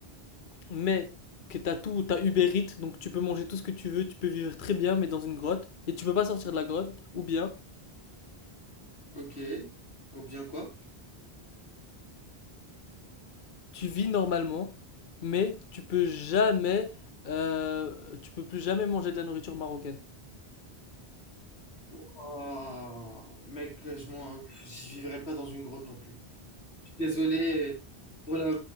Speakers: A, on the left; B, on the left.
A: mais que t'as tout, t'as Uber Eats, donc tu peux manger tout ce que tu veux, tu peux vivre très bien, mais dans une grotte, et tu peux pas sortir de la grotte, ou bien
B: Ok, ou bien quoi?
A: tu vis normalement, mais tu peux jamais, euh, tu peux plus jamais manger de la nourriture marocaine.
B: Ouah, mec, je m'en, je vivrai pas dans une grotte non plus. Je suis Désolé pour la,